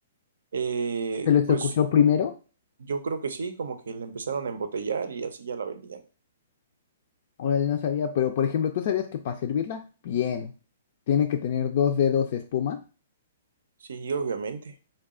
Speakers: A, on the right; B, on the left.
A: Eh,
B: se les
A: pues
B: ocurrió primero,
A: yo creo que sí, como que la empezaron a embotellar y así ya la vendían.
B: o él no sabía, pero por ejemplo, ¿tú sabías que para servirla? Bien, tiene que tener dos dedos de espuma.
A: Sí, obviamente.